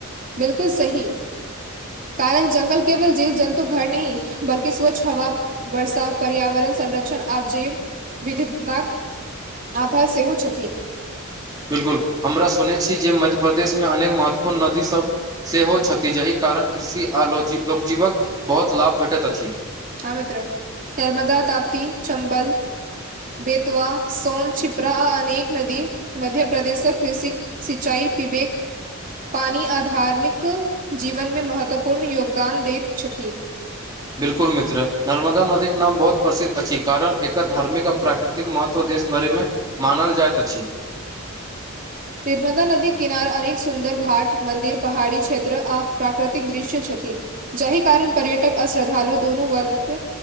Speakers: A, on the right; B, on the right.
A: बिलकुल सही। कारण जंगल केवल जीव जन्तु घर नहि बल्कि स्वच्छ हवा वर्षा, पर्यावरण संरक्षण आ जीव विविधता आधार सेहो छथि।
B: बिलकुल, हमरा सुनैत छी जे मध्य प्रदेशमे अनेक महत्वपूर्ण नदी सभ सेहो छथि जाहि कारण कृषि आ लोकजीवक बहुत लाभ भेटैत अछि।
A: हं मित्र, नर्मदा, ताप्ती, चम्बल बेतवा, सोन, छिप्रा आ अनेक नदी मध्य प्रदेश कृषि सिंचाई पिबेक पानी आ धार्मिक जीवनमे महत्वपूर्ण योगदान दैत छथि।
B: बिल्कुल मित्र, नर्मदा नदीक नाम बहुत प्रसिद्ध अछि कारण एकर धार्मिक आर प्राकृतिक महत्व देश भरिेमे मानल जाइत अछि।
A: नर्मदा नदीक किनार अनेक सुन्दर घाट मन्दिर पहाड़ी क्षेत्र आ प्राकृतिक दृश्य छथि। जहि कारण पर्यटक आ श्रद्धालु दुनु वर्गके